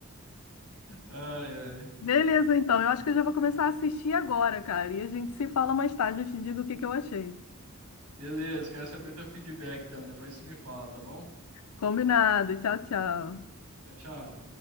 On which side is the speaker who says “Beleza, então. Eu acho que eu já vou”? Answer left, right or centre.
Left